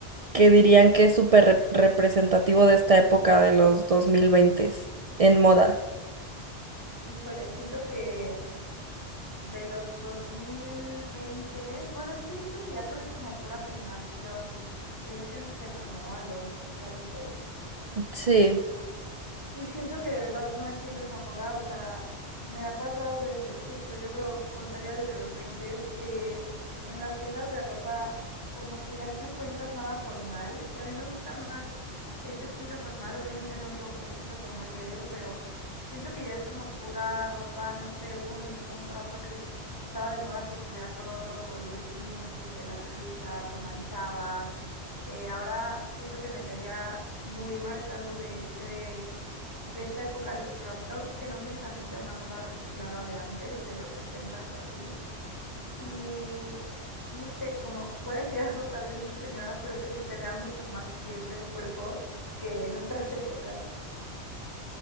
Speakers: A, on the right; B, on the left.
A: que dirían que es súper rep- representativo de esta época de los 2020 en moda?
B: Híjole, siento que de los 2020, bueno, es que siento que ya todo es como pura generación, le dicen Z, ¿no? A los chavitos.
A: Sí,
B: Y siento que de verdad no entiendo esa moda, o sea, me ha pasado desde, justo yo creo, contaría desde los 20 es que en las tiendas de ropa como que ya no encuentras nada formal, que a mí me gusta más ese estilo formal, obviamente no digo que me he visto formal diario, pero siento que ya es como pura ropa, no sé, hubo un, un rato que estaba de moda que estuviera todo roto, los jeans, este, las blusas o manchadas, eh, ahora siento que me tenía muy marcado de este de esta época los crop tops, que no sé si también sea una moda reciclada de antes, de los setentas o así. Y no sé, como voy a decir <laughs> algo tal vez muy señora, pero que se te vea mucho más piel del cuerpo que en otras <laughs> épocas.